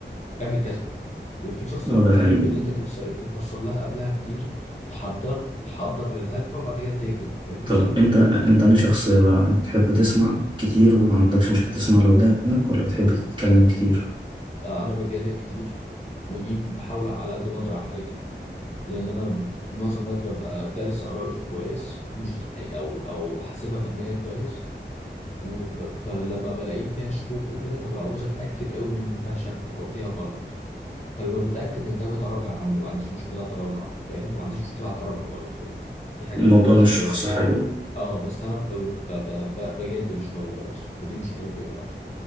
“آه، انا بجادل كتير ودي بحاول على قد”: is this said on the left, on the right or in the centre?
Left